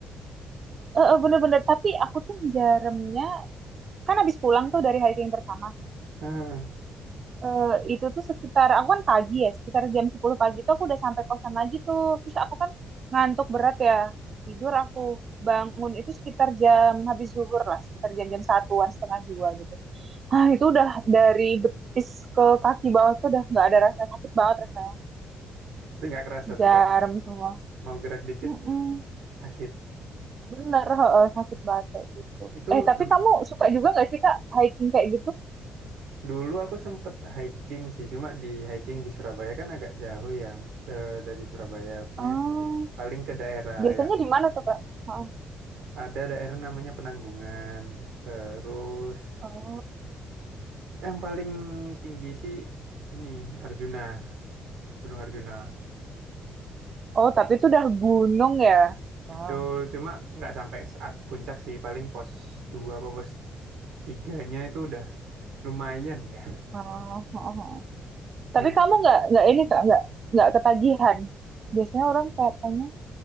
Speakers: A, on the right; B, on the right.
A: Heeh, Bener-bener. Tapi aku tuh jarumnya, kan abis pulang tuh dari hiking pertama.
B: Heeh.
A: eh, itu tuh sekitar aku kan pagi ya sekitar jam 10 pagi tuh aku udah sampai kosan lagi tuh terus aku kan ngantuk berat ya tidur aku bangun itu sekitar jam habis zuhur lah sekitar jam-jam satuan setengah dua gitu ah itu udah dari betis ke kaki bawah tuh udah nggak ada rasa sakit banget rasanya
B: itu nggak kerasa
A: jarum
B: tuh kayak
A: semua
B: mau gerak dikit
A: Mm-mm.
B: sakit
A: bener heeh, sakit banget kayak gitu
B: itu
A: eh tapi
B: hem,
A: kamu suka juga nggak sih kak hiking kayak gitu
B: dulu aku sempet hiking sih cuma di hiking di Surabaya kan agak jauh ya da- dari Surabaya maksudnya
A: oh
B: paling ke daerah
A: biasanya
B: yang
A: di mana tuh kak Heeh.
B: ada daerah namanya Penanggungan terus
A: oh
B: yang paling tinggi sih ini Arjuna Gunung Arjuna
A: Oh, tapi itu udah gunung ya. Wow.
B: Betul, cuma nggak sampai saat puncak sih, paling pos 2 apa pos tiganya itu udah lumayan ya.
A: Oh, oh, oh, oh. Tapi
B: Nah itu,
A: kamu nggak nggak ini kak nggak nggak ketagihan. Biasanya orang katanya